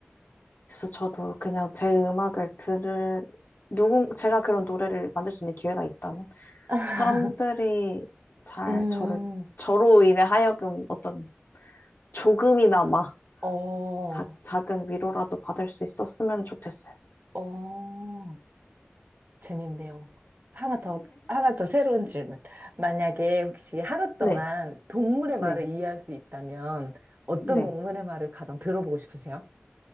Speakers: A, on the left; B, on the right.
A: 그래서 저도 그냥 제 음악을 들을, 누군, 제가 그런 노래를 만들 수 있는 기회가 있다면,
B: <laughs>
A: 사람들이 잘
B: 음,
A: 저를, 저로 인해 하여금 어떤 조금이나마
B: 어,
A: 자, 작은 위로라도 받을 수 있었으면 좋겠어요.
B: 어. 재밌네요. 하나 더, 하나 더 새로운 질문. 만약에 혹시 하루 동안
A: 네,
B: 동물의 말을
A: 네,
B: 이해할 수 있다면 어떤
A: 네.
B: 동물의 말을 가장 들어보고 싶으세요?